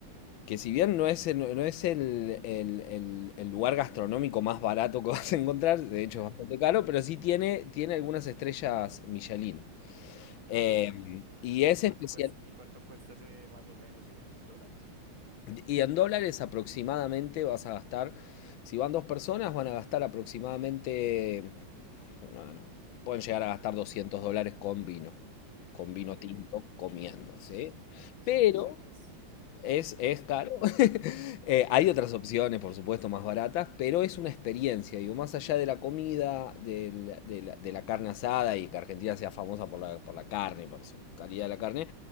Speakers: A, on the left; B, on the right.
A: que si bien no es, el- no no es el, el- el- el lugar gastronómico más barato que <laughs> vas a encontrar, de hecho
B: <laughs>
A: es bastante caro, pero sí tiene, tiene algunas estrellas Michelin. Eh,
B: Oh.
A: y es
B: ¿Y cuánto
A: especial.
B: cuesta, y cuánto cuesta ese más o menos en, en dólares?
A: Y en dólares aproximadamente vas a gastar, si van dos personas, van a gastar aproximadamente, bueno, pueden llegar a gastar 200 dólares con vino, con vino
B: Ok.
A: tinto, comiendo, ¿sí?
B: S- Sí,
A: Pero...
B: siempre es.
A: Es, es caro. <laughs> Eh, hay otras opciones, por supuesto, más baratas, pero es una experiencia. Digo, más allá de la comida, del- de la, de la carne asada y que Argentina sea famosa por la, por la carne, por su calidad de la carne,